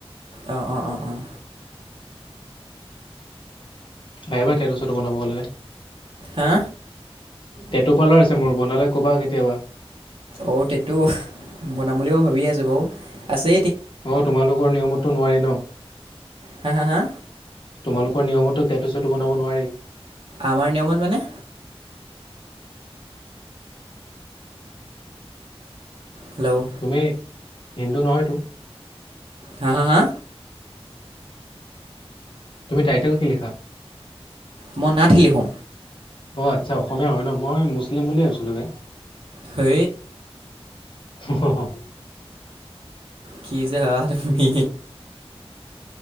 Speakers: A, on the right; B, on the left.
A: অঁ অঁ অঁ অঁ
B: আহিবা তোৰ ওচৰতো বনাব হলে।
A: হা
B: টেটুপাল্লাৰ আছে মোৰ বনালে কবা কেতিয়াবা?
A: অ তেটো বনাম বুলিও ভাবিয়ে আছো বৌ আছে।
B: অ তোমালোকৰ নিয়মতো নোৱাৰি ন?
A: হা হা হা
B: তোমালোকৰ নিয়মতো টেটু চেটো বনাব নোৱাৰি?
A: আমাৰ নিয়মত মানে? হেল্ল'
B: তুমি হিন্দু নহয়তো?
A: হা হা হা
B: তুমি টাইটেল কি লিখা?
A: মই নাথ লিখো।
B: অ আচ্ছা অসমীয়া হয় ন মই মুছলিম বুলিুলিয় ভাবিছিলোঁ ব
A: হ
B: হ হ
A: কি যেমি